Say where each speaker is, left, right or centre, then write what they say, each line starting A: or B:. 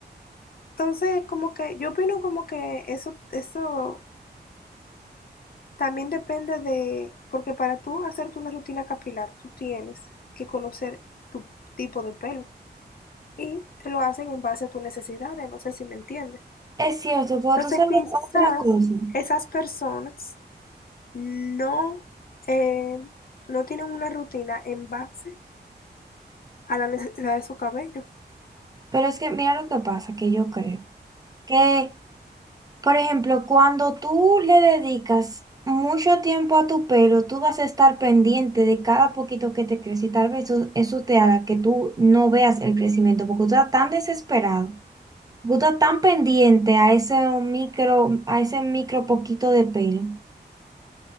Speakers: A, on the left; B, on the right.
A: Entonces, como que yo opino como que eso, eso también depende de, porque para tú hacerte una rutina capilar, tú tienes que conocer tu tipo de pelo y te lo hacen en base a tus necesidades, no sé si me entiendes.
B: Es cierto, pero
A: Entonces,
B: tú sabes
A: quizás
B: otra cosa,
A: esas personas no, eh, no tienen una rutina en base a la necesidad de su cabello.
B: pero es que mira lo que pasa, que yo creo, que Por ejemplo, cuando tú le dedicas mucho tiempo a tu pelo, tú vas a estar pendiente de cada poquito que te crece y tal vez eso, eso te haga que tú no veas el crecimiento porque tú estás tan desesperado, porque tú estás tan pendiente a ese micro, a ese micro poquito de pelo.